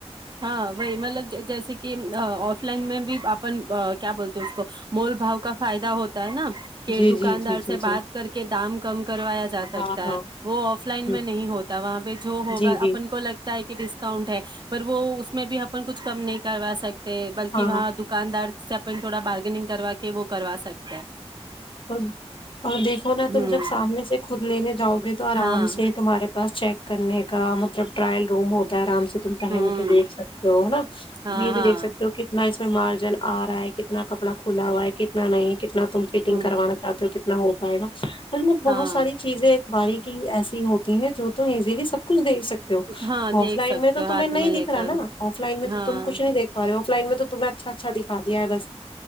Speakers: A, on the right (about 40°); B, on the left (about 50°).
A: ہاں وہی مطلب جیسے کہ آف لائن میں بھی اپن کیا بولتے اس کو مول بھؤ کا فائدہ ہوتا ہوتا ہے نا کہ
B: جی
A: دکاندار
B: جی جی جی
A: سے
B: جی
A: بات کر کے دام کم کروایا جا سکتا
B: ہاں ہاں
A: ہے وہ آف لائن
B: ہ
A: میں نہیں ہوتا وہاں پہ جو ہوگا
B: جی جی
A: اپن کو لگتا ہے کہ ڈسکاؤنٹ ہے وہ اس میں بھی اپن کچھ کم نہیں کروا سکتے بلکہ
B: ہاں
A: وہاں دکاندار سے اپن تھوڑا بارگنگ کروا کہ وہ کر سک
B: اور اور دیکھو نا تم
A: ہوں
B: جب سامنے سے خود لینے جاؤ گے تو آرام
A: ہاں
B: سے تمہارے پاس چیک کرنے کا مطلب ٹرائل روم ہوتا ہے آرام سے تم پہن
A: ہوں
B: کے دیکھ سکتے ہو نا
A: ہاں
B: یہ بھی
A: ہاں
B: دیکھ سکتے ہو کتنا اس مارجن آ رہا ہے کتنا کپڑا کھلا ہ ہوا ہے کتنا نہیں کتنا تم فٹنگ
A: ہوں
B: کروا چاہتے ہو نہ ہو پائے گا ہ بہت
A: ہاں
B: ساری چیزیں باریکی ایسی ہوتی ہے جو تم ایزیلی سب کچھ دیکھ سکتے
A: ہاں
B: آف
A: دیکھ
B: لائن
A: سکتے
B: میں تو
A: ہو
B: تمہیں
A: ہاتھ
B: نہیں
A: میں
B: دکھ
A: لے
B: رہا
A: کر
B: نا آف لائن میں
A: ہاں
B: تو تم کچھ نہیں دیکھا رہے ہو اس لائن میں تو تمہیں اچھا اچھا دکھایا بس